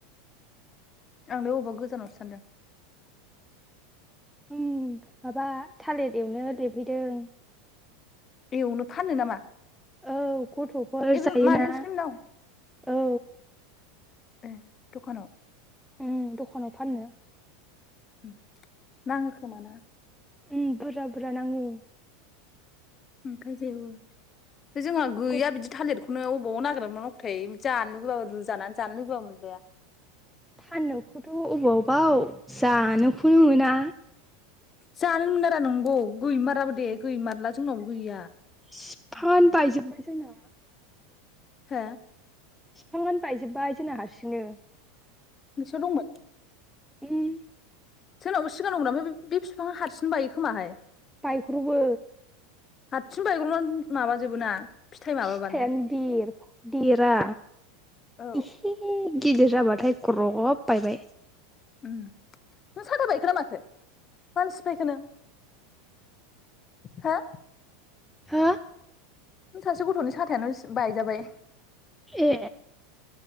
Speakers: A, on the left; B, in the centre.
A: आंलाय औबा गोजानावसो सानदों।
B: उम माबा थालित एवनो <unintelligible> हैदों।
A: एवनो फान्नो नामा?
B: औ गथ'फोर
A: ए बे
B: जायोना।
A: मादैनिसोलै मोननाव
B: औ।
A: ए दखानाव।
B: उम दखानाव फाननो।
A: उम नाङो खोमा ना?
B: उम बुरजा-बुरजा नाङो।
A: ओमफ्राय जेवो। बे जोंहा गैया
B: गथ'
A: बिदि थालिर। खौनो अबाव नागिरदना मोनबाव नांगौ थाय। जानो लुगैबाबो रुजानान जानो लुगैबाबो मोन गैया।
B: फाननोखौथ' अबावबाव जानोखौनो मोना।
A: जानो मोनारा नंगौ गैमाराबो दे गैमारला जोंनावबो गैया।
B: फिफांआनो बायजोबबाय जोंना।
A: हो?
B: फिफांआनो बायजोब्बाय जोंना हारसिंनो।
A: नोंसिनाव दंमोन?
B: उम।
A: जोंनाव बो सिगां दंमोन ओमफाय बे फिफांआ हारसिंनो बायो खोमाहाय।
B: बायग्रबो।
A: हातसिं बायग्र'नानै माबाजोबो ना। फिथाइ
B: फिथायानो
A: माबाबानो
B: देर देरा।
A: औ
B: एसे गिदिर जाबाथाय ग्रब बायबाय।
A: उम नों साथा बायखोना माखो मानो सिफायखो नों हो?
B: हो
A: सासे गथ'नि साथायानो बायजाबाय।
B: ए।